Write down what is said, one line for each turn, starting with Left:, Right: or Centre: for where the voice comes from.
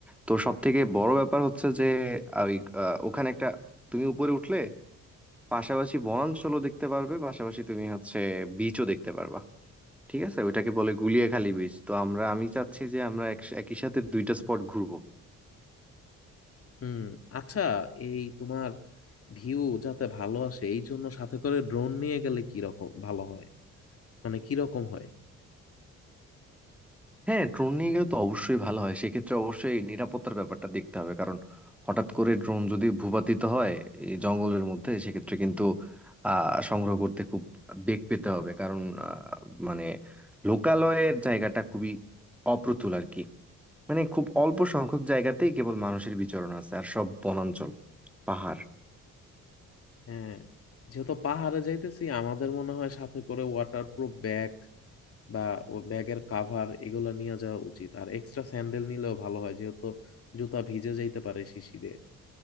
Centre: তো সব থেকে বড় ব্যাপার হচ্ছে যে ওই আহ, ওখানে একটা তুমি উপরে উঠলে পাশাপাশি বনাঞ্চলও দেখতে পারবে পাশাপাশি তুমি হচ্ছে বিচও দেখতে পারবা ঠিক আছে ওইটাকে বলে গুলিয়াখালী বিচ তো আমরা আমি চাচ্ছি যে আমরা এক- একই সাথে দুইটা স্পট ঘুরবো
Left: হুম আচ্ছা এই তোমার ভিউ যাতে ভালো আসে এই জন্য সাথে করে ড্রোন নিয়ে গেলে কি রকম ভালো হয় মানে কি রকম হয়
Centre: হ্যাঁ ড্রোন নিয়ে গেলে তো অবশ্যই ভালো হয় সেক্ষেত্রে অবশ্যই নিরাপত্তার ব্যাপারটা দেখতে হবে কারণ হঠাৎ করে ড্রোন যদি ভূপাতিত হয় এই জঙ্গলের মধ্যে সেক্ষেত্রে কিন্তু আহ সংগ্রহ করতে খুব বেগ পেতে হবে কারণ আহ, মানে লোকালয়ের জায়গাটা খুবই অপ্রতুল আর কি মানে খুব অল্প সংখ্যক জায়গাতেই কেবল মানুষের বিচরণ আছে আর সব বনাঞ্চল পাহাড়
Left: হ্যাঁ যেহেতু পাহাড়ে যাইতেছি আমাদের মনে হয় সাথে করে ওয়াটারপ্রুফ ব্যাগ বা ও ব্যাগের কাভার এগুলো নিয়ে যাওয়া উচিত আর এক্সট্রা স্যান্ডেল নিলেও ভালো হয় যেহেতু জুতা ভিজে যাইতে পারে শিশিরে